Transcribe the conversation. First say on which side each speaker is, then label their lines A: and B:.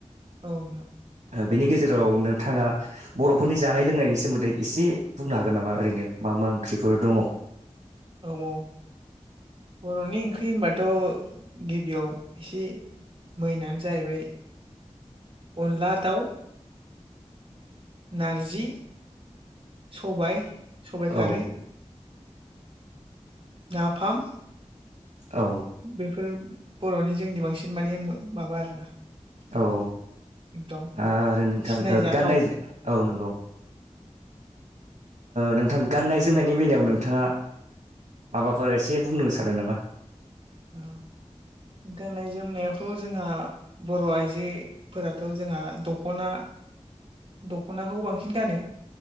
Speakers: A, on the right; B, on the right.
A: औ
B: बिनि गेजेराव नोंथाङा बर'फोरनि जानाय लोंनायनि सोमोन्दै एसे बुंनो हागोन नामा ओरैनो मा मा ओंख्रिफोर दङ
A: औ औ बर'नि ओंख्रि होनबाथ' गिबियाव एसे मैनानो जाहैबाय अनला दाउ नारजि सबाइ सबाइ
B: औ
A: खारै नाफाम
B: औ
A: बेफोर बर'नि जोंनि बांसिन माने माबा आरोना
B: औ
A: एकदम
B: आरो नोंथां
A: सिनायजाथाव
B: गाननाय औ नंगौ नोंथां गाननाय जोमनायनि बेलायाव नोंथाङा माबाफोर एसे बुंनो सानो नामा
A: ओं गाननाय जोमनायावथ' जोंहा बर' आइजोफोराथ' जोंहा दख'ना दख'नाखौ बांसिन गानो